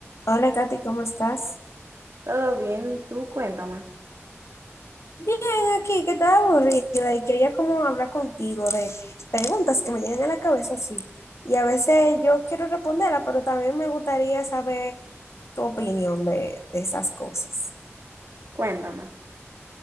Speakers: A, on the left; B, on the right.
A: Hola Katy, ¿cómo estás?
B: Todo bien, ¿y tú? Cuéntame,
A: Bien, aquí, que estaba aburrida y quería como hablar contigo de preguntas que me llegan a la cabeza, sí. Y a veces yo quiero responderlas, pero también me gustaría saber tu opinión de, de esas cosas.
B: cuéntame.